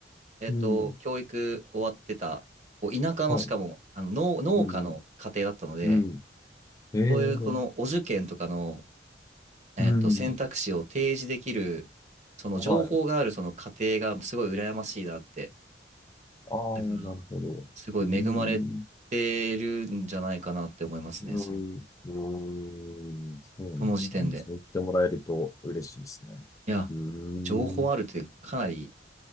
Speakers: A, on the right; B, on the left.
A: えっと、
B: うん。
A: 教育終わってた、こう田舎の、
B: はい。
A: しかも、あの、農、農家の家庭だったので、
B: うん。うん。えー、
A: そういうこのお受験とかの、えっと、
B: うん。
A: 選択肢を提示できる、その情報があるその過程がすごい羨ましいなって。
B: はい。ああ、
A: だから、
B: なるほど。
A: すごい恵まれ
B: うーん。
A: てるんじゃないかなって思いますね。
B: うん。
A: す
B: うーん。そうなんですかね。
A: この時点で。
B: そう言ってもらえると嬉しいですね。
A: いや、
B: うー
A: 情報あるってかなり
B: ん。